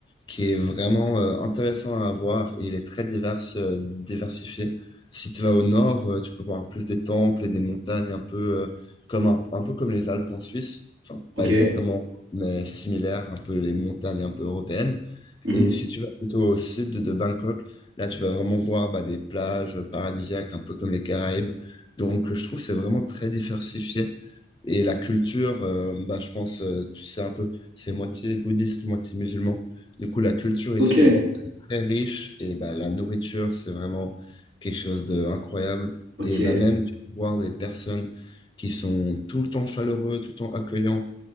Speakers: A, on the left (about 25°); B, on the right (about 80°).
A: qui est vraiment euh, intéressant à voir et il est très divers, euh, diversifié. Si tu vas au nord, euh, tu peux voir plus des temples et des montagnes, un peu, euh, comme un, un peu comme les Alpes en Suisse, enfin
B: Ok.
A: pas exactement, mais similaires, un peu les montagnes un peu européennes.
B: Mhm.
A: Et si tu vas plutôt au sud de Bangkok, là tu vas vraiment voir bah, des plages paradisiaques, un peu comme les Caraïbes. Donc euh, je trouve que c'est vraiment très diversifié. Et la culture, euh, bah, je pense, euh, tu sais un peu, c'est moitié bouddhiste, moitié musulman. Du coup, la culture
B: Ok,
A: ici elle est très riche et bah, la nourriture, c'est vraiment quelque chose d'incroyable.
B: ok.
A: Et bah, même tu peux voir les personnes qui sont tout le temps chaleureux, tout le temps accueillants.